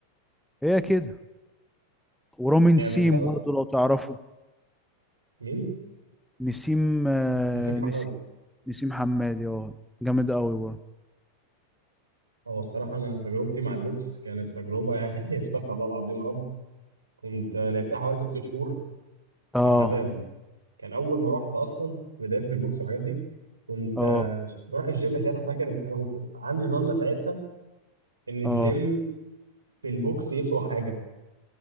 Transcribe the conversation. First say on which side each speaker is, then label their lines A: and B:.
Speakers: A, in the centre; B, on the right.
A: هي كده ورامي
B: يعني
A: نسيم
B: بس انا
A: برضو لو تعرفه
B: مين
A: نسيم آه،
B: نسيب حماد
A: نسيم نسيم حمادي اه جامد قوي برضه
B: هو الصراحه انا تجربتي مع البوكس كانت تجربه يعني <laughs> استغفر الله العظيم يا رب كنت لعبتها حوالي ست شهور
A: اه
B: كانوا عذاب كان اول ما رحت اصلا في بدايتي في البوكس والحاجات دي كنت
A: اه
B: آه، بروح الجيم ساعتها فاكر انا كنت عندي ظن ساعتها ان الجيم
A: اه
B: في البوكس يسوى حاجه